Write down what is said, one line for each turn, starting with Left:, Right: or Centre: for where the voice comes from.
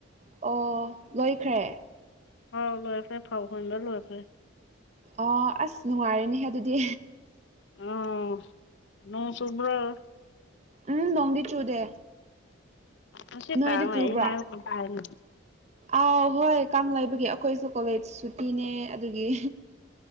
Right: ꯑꯣ ꯂꯣꯏꯈ꯭ꯔꯦ
Left: ꯑꯧ ꯂꯣꯏꯈ꯭ꯔꯦ ꯐꯧ ꯍꯨꯟꯕ ꯂꯣꯏꯈ꯭ꯔꯦ
Right: ꯑꫭ ꯑꯁ ꯅꯨꯡꯉꯥꯏꯔꯅꯤꯍꯦ ꯑꯗꯨꯗꯤ
Left: ꯎꯝ ꯅꯣꯡ ꯆꯨꯕꯔꫭ
Right: ꯎꯝ ꯅꯣꯡꯗꯤ ꯆꯨꯗꯦ
Left: ꯉꯁꯤ
Right: ꯅꯣꯏꯗ
Left: ꯀꯥꯡ ꯂꯩꯌꯦꯍꯥꯏꯕ
Right: ꯆꯨꯕ꯭ꯔꯥ
Left: ꯀꯩꯅꫭꯝ ꯍꯥꯏꯕꯅꯦ
Right: ꯑꯥꯎ ꯍꯣꯏ ꯀꯥꯡ ꯂꯩꯕꯒꯤ ꯑꯩꯈꯣꯏꯁꯨ ꯀꯣꯂꯦꯖ ꯁꯨꯇꯤꯅꯦ ꯑꯗꯨꯒꯤ